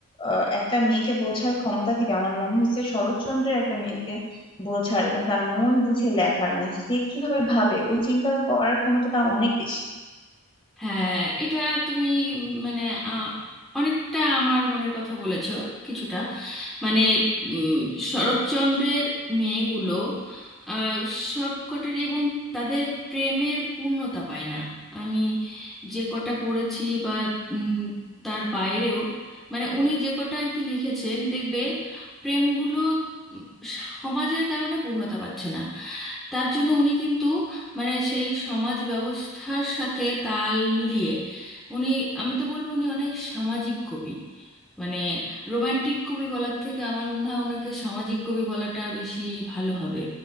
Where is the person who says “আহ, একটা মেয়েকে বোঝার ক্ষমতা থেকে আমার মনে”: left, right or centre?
Left